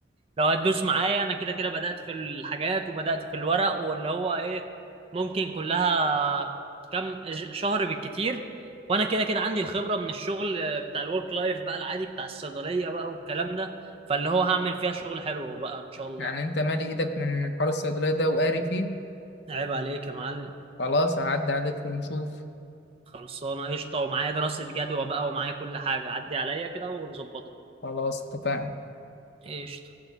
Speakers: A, on the right (about 30°); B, on the left (about 65°).
A: لو هتدوس معايا انا كده كده بدات في الحاجات وبدات في الورق واللي هو ايه ممكن كلها كم ج- شهر بالكتير وانا كده كده عندي الخبره من الشغل بتاع الورك لايف بقى العادي بتاع الصيدليه بقى والكلام ده فاللي هو هعمل فيها شغل حلو بقى ان شاء الله
B: يعني انت مالي ايدك من من حوار الصيدليه ده وقاري فيه
A: عيب عليك يا معلم
B: خلاص هعدي عليك ونشوف
A: خلصانة قشطة ومعايا دراسة جدوى بقى ومعايا كل حاجة عدي عليا كده ونظبطها
B: خلاص اتفقنا
A: قشطة